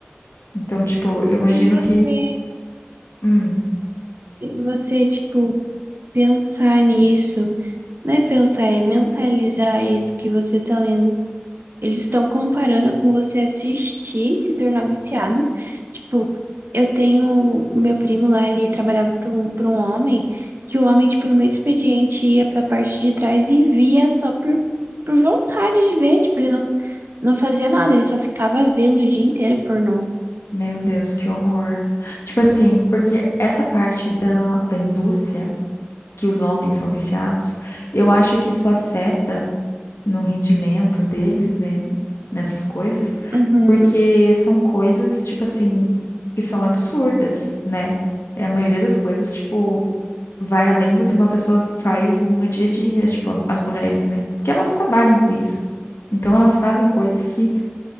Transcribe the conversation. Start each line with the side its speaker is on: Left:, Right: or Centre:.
Left: Então, tipo, eu imagino
Right: E você.
Left: que, hum,
Right: E você, tipo, pensar nisso, não é pensar, é mentalizar isso que você tá lendo. Eles estão comparando com você assistir, se tornar viciado. Tipo, eu tenho o meu primo lá, ele trabalhava para um, para um homem, que o homem, tipo, no meio do expediente ia pra parte de trás e via só por, por vontade de ver. Tipo, ele não, não fazia nada, ele só ficava vendo o dia inteiro pornô.
Left: meu Deus, que horror. Tipo assim, porque essa parte da, da indústria que os homens são viciados, eu acho que isso afeta no rendimento deles, né, nessas coisas,
Right: Uhum,
Left: porque são coisas, tipo assim, que são absurdas, né? É, a maioria das coisas, tipo, vai além do que uma pessoa faz no dia a dia, tipo, a- as mulheres, né? Porque elas trabalham com isso. Então, elas fazem coisas que